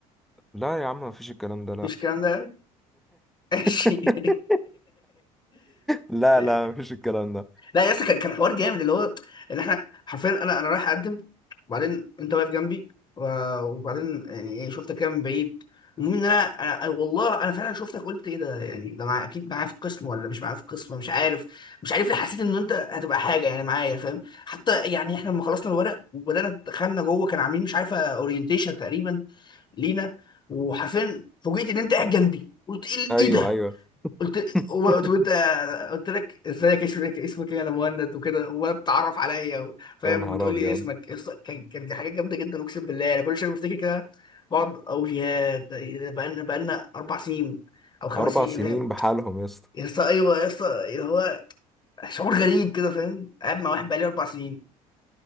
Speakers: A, in the centre; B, on the left.
A: لا يا عم ما فيش الكلام ده لا
B: مفيش الكلام ده يعني. <laughs> ماشي
A: <laughs> لا
B: <laughs>
A: لا مفيش الكلام ده
B: لا يا اسطى كان كان حوار جامد اللي هو اللي احنا حرفيا انا انا رايح اقدم وبعدين انت واقف جنبي و- وبعدين يعني ايه شفتك كده من بعيد المهم ان انا أنا- أنا- والله انا فعلا شفتك قلت ايه ده يعني ده مع اكيد معايا في القسم ولا مش معايا في القسم مش عارف مش عارف ليه حسيت ان انت هتبقى حاجه يعني معايا فاهم حتى يعني احنا لما خلصنا الورق وبدانا دخلنا جوه كان عاملين مش عارفه اورينتيشن تقريبا لينا وحرفيا فوجئت ان انت قاعد جنبي قلت ايه
A: ايوه
B: إيه ده
A: ايوه
B: قلت
A: <laughs>
B: هو- قلت انت قلت لك ازيك اسمك اسمك ايه يا مهند وكده ولا بتتعرف عليا و- فاهم
A: يا نهار
B: وتقول
A: ابيض
B: لي اسمك يس- كان كان دي حاجات جامده جدا اقسم بالله انا كل شويه بفتكر كده بقعد اقول يا ده ده بقالنا بقالنا اربع سنين او خمس
A: اربع
B: سنين
A: سنين
B: فاهم
A: بحالهم يا اسطى
B: يا اسطى ايوه يا اسطى اللي هو شعور غريب كده فاهم قاعد مع واحد بقالي اربع سنين